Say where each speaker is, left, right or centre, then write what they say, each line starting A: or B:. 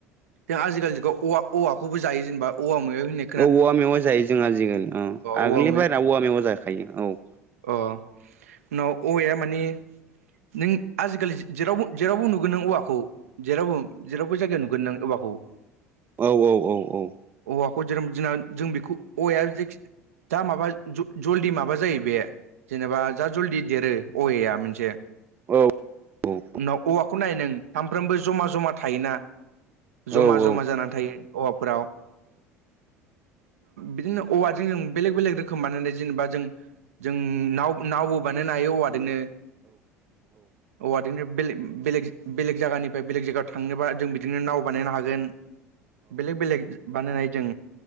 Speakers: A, on the right (about 70°); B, on the right (about 25°).
A: दों आजिखालिखौ औ औवाखौबो जायो जेनेबा औवा मेवायहोनो।
B: औ औवा मेव जायो जोंहा आजिखालि औ आगोलनि
A: औवा
B: बायेरा औवा मेव जाखायो औ
A: औ उनाव औवाया मानि नों आजिखालि जेराव जेरावबो नुगोन नों औवाखौ। जेरावबो जेरावबो जायगायाव नुगोन नों बेआवखौ
B: औ औ औ औ
A: औवाखौ जेरोम जोंना जों बेखौ औवाया जख दा माबा जलदि माबा जायो बे जेनेबा जा जलदि देरो औवाया मोनसे
B: औ औ
A: औव खौ नाय नों सामफ्रोमबो जमा जमा थायोना
B: औ
A: जमा
B: औ
A: जमा जानानै थायो औवाफोराव बिदिनो औवाजों जों बेलेक बेलेग रोखोम बानायनाय जेनेबा जों जों नाव नावबो बानायनो हायो औवाजोंनो औवाजोंनो बेे बेलेग बेलेग जायगानिफ्राय बेलेग जायगायाव थांनोबा जों बिदिनो नाव बानायनो हागोन बेलेग बेलेग बानायनाय जों